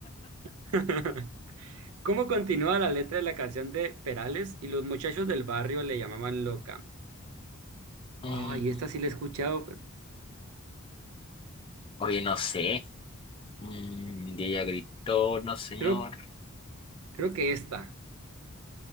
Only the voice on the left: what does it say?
Mm.
Oye, no sé. Mm, y ella gritó, no señor.